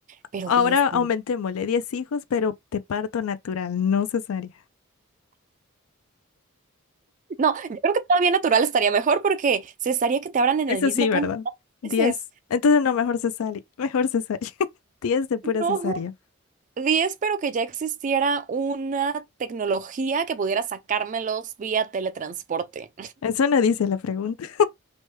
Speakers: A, on the right; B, on the left.
A: pero
B: Ahora
A: diez
B: aumentémosle
A: sí.
B: 10 hijos, pero de parto natural, no cesárea.
A: No, yo creo que todavía natural estaría mejor porque se estaría que te abran en
B: Eso
A: el mismo
B: sí, ¿verdad?
A: punto dos
B: 10,
A: veces.
B: Entonces no, mejor cesárea. Mejor cesárea. <laughs> 10 de pura
A: No.
B: cesárea.
A: 10 pero que ya existiera una tecnología que pudiera sacármelos vía teletransporte.
B: Eso no dice la pregunta.